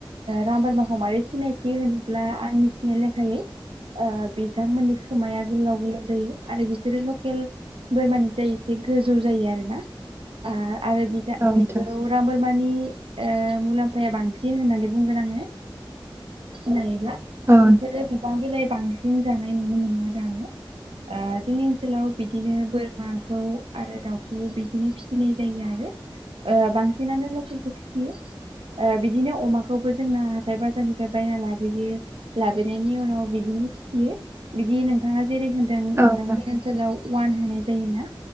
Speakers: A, on the right; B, on the right.
A: राम बोरमाखौ मारै फिसिनाय जायो होनोब्ला आं मिथिनाय लेखायै बिथांमोननि खोमाया गोलाव गोलाव जायो आरो बि बेसोरो लकेल <unintelligible> गोजौ जायो आरो ना आ आरो बिजा
B: नोंथां
A: बिखौ राम बोरमा नि ओ मुलाम्फाया बांसिन बिदि होननानै बुंगोन आङो सिनायोब्ला
B: औ
A: बिसोरो बिफां बिलाइ बांसिन जानाय नुनो मोनो आरो आङो जोंनि हेलौ बिदिनो बोरमा खौ आरो दाउखौ बिदिनो फिसिनाय जायो आरो बांसिनानो लक केल फोरखौ फिसियो <unintelligible> बिदिनो अमाखौबो जोंना हाथाय बाजारनिफ्राय बायना लाबोयो लाबोनायनि उनाव बिदिनो फिसियो बिदि नोंथाङा जेरै होनदों
B: नोंथां
A: नोंथांमोननि
B: औ नोंथां
A: ओनसोलाव अवान होनाय जायो ना